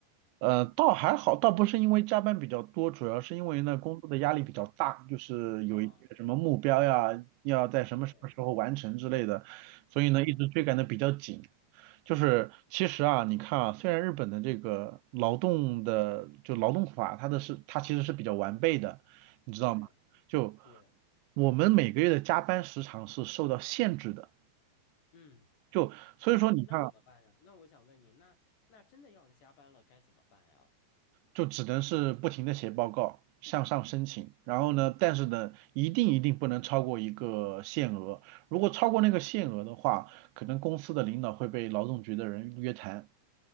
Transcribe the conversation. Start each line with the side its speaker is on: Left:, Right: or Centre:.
Right: 呃，倒还好，倒不是因为加班比较多，主要是因为呢工作的压力比较大，
Left: 嗯，
Right: 就是有一些什么目标呀，
Left: 啊，
Right: 要在什么什么时候完成之类的，
Left: 对，
Right: 所以呢一直追赶的比较紧。
Left: 是的，
Right: 就是其实啊，你看啊，虽然日本的这个劳动的就劳动法，它的是它其实是比较完备的，你知道吗？
Left: 对
Right: 就
Left: 对，
Right: 我们每个月的加班时长是受到限制的，
Left: 嗯，
Right: 就所以说你看啊
Left: 那那怎么办呀？那我想问你，那那真的要加班了，该怎么办呀？
Right: 就只能是不停的写报告，向上申请，然后呢，但是呢，一定一定不能超过一个限额，如果超过那个限额的话，可能公司的领导会被劳动局的人约谈。